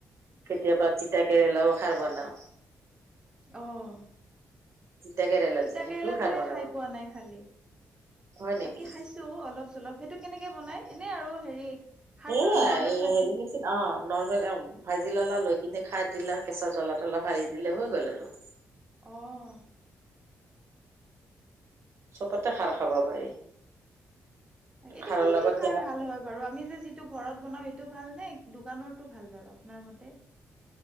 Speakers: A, on the right; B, on the right.
A: কেতিয়াবা তিতাঁ কেৰেলাও খাৰ বনাও
B: অহ
A: তিতা কেৰেলা
B: তিতা
A: যে সেইটোও
B: কেৰেলাটোহে
A: খাৰ বনাও
B: খাই পোৱা নাই খালি
A: হয় নেকি
B: বাকী খাইছো অলপ চলপ সেইটো কেনেকে বনাই এনেই আৰু হেৰি সাৰটো
A: এয়া
B: নৰ্মেল ভাজি
A: হেৰি মেচিন অ নৰ্মেল ভাজি ললা, লৈ কিনে খাৰ দিলা, কেঁচৰ জলা- তলা অলপ ভাৰি দিলে হৈ গ'ল আৰু।
B: অ'হ
A: চবতে খাৰ খাব পাৰি।
B: এতিয়া
A: খাৰৰ
B: কোনটো
A: লগত
B: খাৰ
A: টেঙা
B: ভাল হয় বাৰু, আমি যে যিটো ঘৰত বনাও সেইটো ভাল নে? দোকানৰটো ভাল বাৰু আপোনাৰ মতে